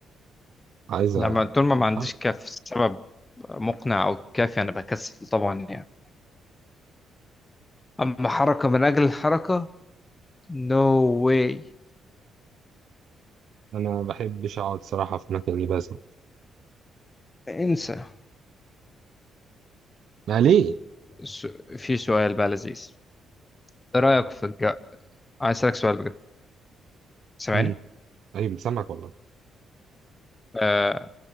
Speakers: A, on the right (about 65°); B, on the left (about 20°).
A: عايز
B: لما طول
A: أتحرك
B: ما ما عنديش كاف سبب مقنع او كافي انا بكسل طبعا يعني اما حركه من اجل الحركه نو no واي
A: أنا ما بحبش أقعد صراحة في مكاني بس
B: انسى
A: ما ليه؟
B: س- في سؤال بقى لذيذ ايه رأيك في الج... عايز أسألك سؤال بجد سامعني؟
A: مم. أيوة سامعك والله
B: آه...